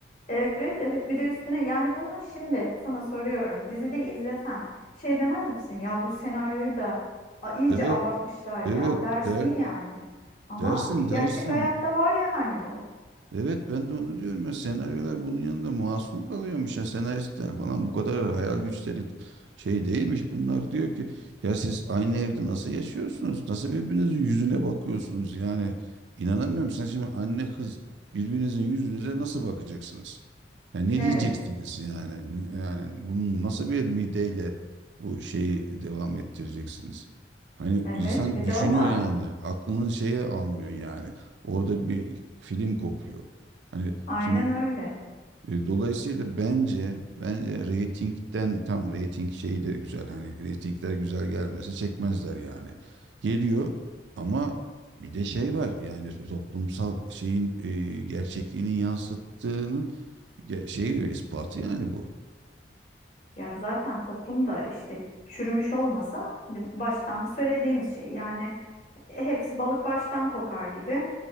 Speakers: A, on the left; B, on the right.
A: Evet evet bir de üstüne yani bunu şimdi sana soruyorum dizide izlesen şey demez misin ya bu senaryoyu da a, iyice
B: Evet
A: abartmışlar ya
B: evet
A: dersin
B: der,
A: yani ama
B: dersin
A: gerçek
B: dersin.
A: hayatta var yani bu.
B: Evet ben de onu diyorum ya senaryolar bunun yanında masum kalıyormuş ya senaristler falan bu kadar hayal güçleri şey değilmiş. Bunlar diyor ki ya siz aynı evde nasıl yaşıyorsunuz? Nasıl birbirinizin yüzüne bakıyorsunuz? Yani inanamıyorum sen şimdi anne kız birbirinizin yüzünüze nasıl bakacaksınız? Yani ne
A: Evet
B: diyeceksiniz yani? Yani bunun nasıl bir mideyle bu şeyi devam ettireceksiniz? Hani
A: evet
B: insan
A: bir
B: düşünüyor
A: de o var
B: yani aklının şeye almıyor yani. Orada bir film kopuyor. Hani
A: aynen
B: şimdi
A: öyle.
B: e, dolayısıyla bence bence reytingden tam reyting şeyi de güzel. Hani reytingler güzel gelmese çekmezler yani. Geliyor ama bir de şey var. Yani toplumsal şeyin e, gerçekliğini yansıttığının ge- şeyi ispatı yani bu.
A: Ya zaten toplumda işte çürümüş olmasa hani baştan söylediğimiz şey yani e, hepsi balık baştan kokar gibi